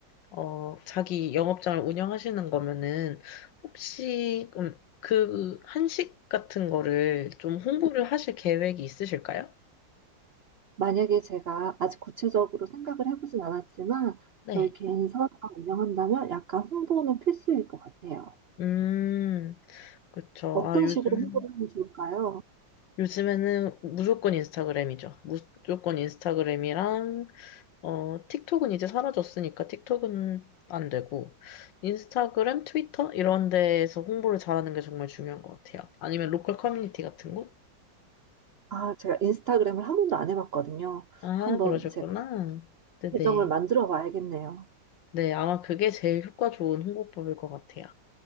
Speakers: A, on the left; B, on the right.
A: 어, 자기 영업장을 운영하시는 거면은, 혹시, 음, 그, 한식 같은 거를 좀 홍보를 하실 계획이 있으실까요?
B: 만약에 제가 아직 구체적으로 생각을 해보진 않았지만
A: 네.
B: 저희 개인 사업을 운영한다면 약간 홍보는 필수일 것 같아요.
A: 음, 그쵸.
B: 어떤
A: 아, 요즘,
B: 식으로 홍보를 하면 좋을까요?
A: 요즘에는 무조건 인스타그램이죠. 무조건 인스타그램이랑 어, 틱톡은 이제 사라졌으니까 틱톡은 안 되고, 인스타그램, 트위터? 이런 데에서 홍보를 잘하는 게 정말 중요한 것 같아요. 아니면 로컬 커뮤니티 같은 곳?
B: 아, 제가 인스타그램을 한 번도 안 해봤거든요.
A: 아,
B: 한번
A: 그러셨구나.
B: 제가
A: 네네.
B: 계정을 만들어 봐야겠네요.
A: 네, 아마 그게 제일 효과 좋은 홍보법일 것 같아요.